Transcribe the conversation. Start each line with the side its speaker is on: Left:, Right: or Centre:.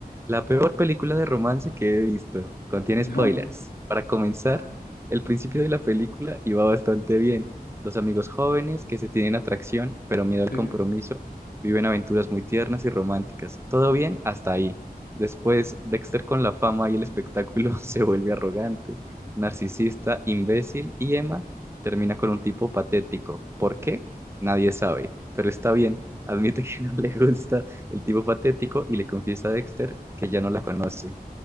Right: la peor película de romance que he visto. Contiene
Left: No.
Right: spoilers. Para comenzar,
Left: <laughs>
Right: el principio de la película iba bastante bien. Dos amigos jóvenes que se tienen atracción, pero miedo al
Left: Sí.
Right: compromiso, viven aventuras muy tiernas y románticas. Todo bien hasta ahí. Después, Dexter con la fama y el espectáculo <laughs> se vuelve arrogante, narcisista, imbécil y Emma termina con un tipo patético. ¿Por qué? Nadie sabe, pero está bien. Admite que <laughs> no le gusta el tipo patético y le confiesa a Dexter que ya no la conoce